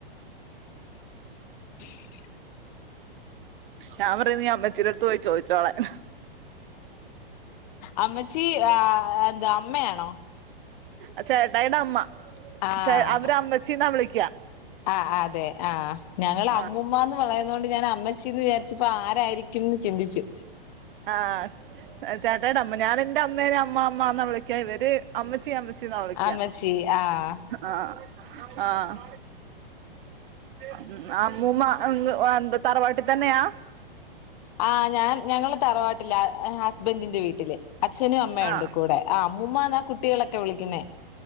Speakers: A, on the left (about 45°); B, on the right (about 60°).
A: <inaudible>
B: ഞാൻ പറയും നീ അമ്മച്ചീടട്ത്ത് പോയി ചോയ്ച്ചോളാൻ
A: അമ്മച്ചി ആഹ് എന്താ അമ്മയാണോ?
B: അത് ചേട്ടായിടെ അമ്മ
A: ആഹ്
B: ചെ അവര് അമ്മച്ചീന്നാ വിളിക്ക
A: ആഹ് അതെ ആ ഞങ്ങള് അമ്മൂമാന്ന്
B: ആഹ്
A: പറയുന്നോണ്ട് ഞാന് അമ്മച്ചീന്ന് വിചാരിച്ചപ്പൊ ആരായിരിക്കുംന്ന് ചിന്തിച്ചു
B: ആഹ് ചേട്ടായിടെ അമ്മ ഞാനെന്റെ അമ്മേനെ അമ്മ അമ്മ എന്നാ വിളിക്ക ഇവര് അമ്മച്ചി അമ്മ ച്ചീന്നാ വിളിക്ക
A: അമ്മച്ചി ആഹ്
B: ആഹ് ആഹ് ഉം ആ അമ്മൂമ്മ ഉം എന്ത് എന്ത് തറവാട്ടി തന്നെയാ?
A: ആഹ് ഞാൻ ഞങ്ങള് തറവാട്ടില ഹസ്ബൻറിന്റെ വീട്ടില് അച്ഛനും അമ്മയുണ്ട്
B: ആഹ്
A: കൂടെ ആഹ് അമ്മൂമ്മാന്നാ കുട്ടികളൊക്കെ വിളിക്കുന്നേ